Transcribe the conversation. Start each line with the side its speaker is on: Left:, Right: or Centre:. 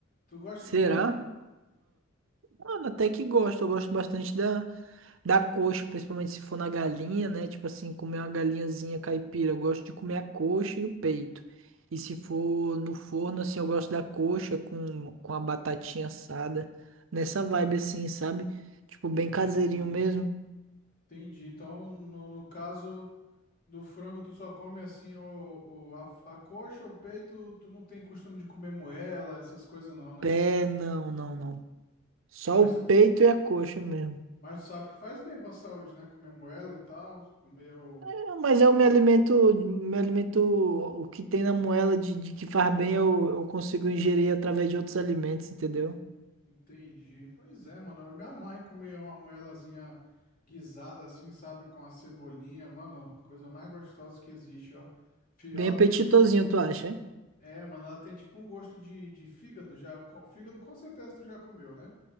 Left: Tu gosta
Right: será?
Left: de frango?
Right: Mano, até que gosto. Eu gosto bastante da, da coxa, principalmente se for na galinha, né? Tipo assim, comer uma galinhazinha caipira. Eu gosto de comer a coxa e o peito. E se for no forno, assim, eu gosto da coxa com, com a batatinha assada. Nessa vibe assim, sabe? Tipo, bem
Left: Não.
Right: caseirinho mesmo.
Left: Entendi. Então, no, no caso do frango, tu só come assim o, o- a, a coxa, o peito, tu não tem costume de comer moela, essas coisas não, né?
Right: Pé, não, não, não. Só
Left: Mas,
Right: o peito e a coxa mesmo.
Left: mas tu sabe que faz bem pra saúde, né? Comer moela e tal, comer o-
Right: É, Mas eu me alimento, me alimento, o que tem na moela de, de que faz bem, eu, eu consigo ingerir através de outros alimentos, entendeu?
Left: Entendi. Pois é, mano. Eu me amarro em comer uma moelazinha guisada assim, sabe? Com a cebolinha, mano. Coisa mais gostosa que existe, ó. Fi-
Right: Bem
Left: Ela
Right: apetitosinho,
Left: tem.
Right: tu acha? é?
Left: É, mano, ela tem tipo um gosto de, de fígado já. Co- Fígado com certeza tu já comeu, né?